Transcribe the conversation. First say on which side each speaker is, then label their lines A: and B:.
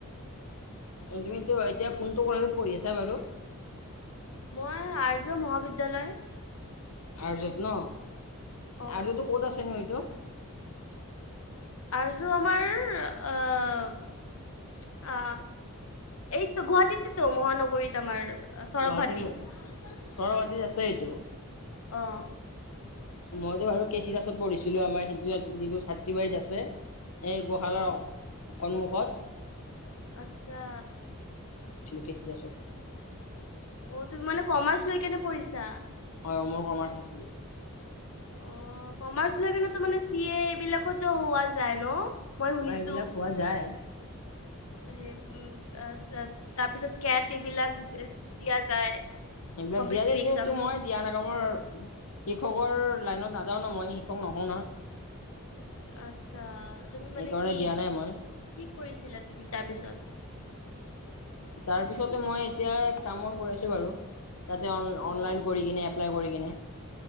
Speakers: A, on the left; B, on the left.
A: তুমিতো এতিয়া কোনটো কলেজত পঢ়ি আছা বাৰু।
B: মই আৰ্য মহাবিদ্যালয়।
A: আৰ্যত ন,
B: অ
A: আৰ্যতো ক'ত আছে নো এইটো।
B: আৰ্য্য আমাৰ আহ অ এইটো গুৱাহাটীতেতো মহানগৰীত আমাৰ। চৰব
A: গুৱাহাটী
B: ভাটি
A: ম সৰুৱাহাটীত আছ এটো।
B: আহ
A: মইতো বাৰু কেষি দাসত পঢ়িছিলো আমাৰ স যিটো ছাত্ৰীবাৰীত আছে। এই গোহালৰ
B: অ
A: সন্মুখত।
B: আচ্ছা।
A: কেষি দাসত।
B: অ তুমি মানে কমাৰ্চ লৈ কিনে পঢ়িছা।
A: অ মই কমাৰ্চ।
B: অ কমাৰ্চ লৈ কিনে মানে চি এ এইবিলাকত হোৱা যায় ন। মই শুনিছো
A: অ এইবিলাক পোৱা যায়।
B: সেই উম তাৰত তাৰ পিছত কেট বিলাক দিয়া যায়।
A: সেইবিলাক
B: কম্পিটিটিভ
A: দিয়া
B: এক্সাম
A: মই দিয়া নাই ক মাৰ শিক্ষকৰ লাইনত নাযাও ন মই শিক্ষক নহ ন।
B: আচ্ছা তুমি
A: সেইকাৰণে
B: মানে কি?
A: দিয়া নাই মই
B: কি কৰিছিলা তুমি তাৰপিছত?
A: তাৰ পিছতে মই এতিয়া কাম বন কৰি আছো বাৰু তাতে অনলাইন
B: অ
A: কৰি কিনে এপ্লাই কৰি। কিনে।